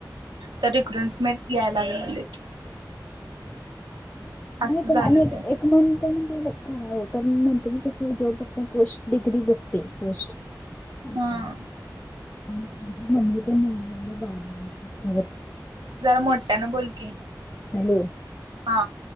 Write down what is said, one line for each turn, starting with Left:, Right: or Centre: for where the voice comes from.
Right: तरी रिक्रुनमेंट यायला लागलेलीत
Left: नाही
Right: असं
Left: पण
Right: झालं
Left: आणि
Right: ते
Left: एक मन्थ नंतर करावं करुन नंतरन कस आहे. जॉब बघताना पोस्ट डीग्री बघते पोस्ट अच्छा
Right: हा
Left: आमची मम्मी पण म्हणाल्या बाबा
Right: जरा मोठ्यानं बोल की
Left: हॅलो
Right: हा